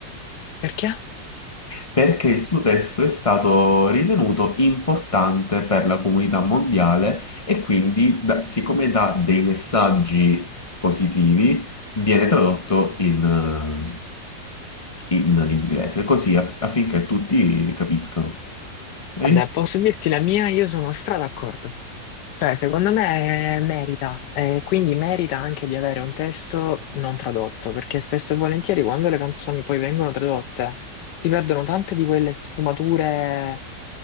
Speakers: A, on the left; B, on the left.
A: Perché?
B: perché il suo testo è stato ritenuto importante per la comunità mondiale e quindi, da- siccome dà dei messaggi positivi, viene tradotto in, eh, in inglese, così aff- affinché tutti capiscano. E
A: Vabbè,
B: io-
A: posso dirti la mia, io sono stra d'accordo. Cioè, secondo me eh, merita, e quindi merita anche di avere un testo non tradotto, perché spesso e volentieri quando le canzoni poi vengono tradotte si perdono tante di quelle sfumature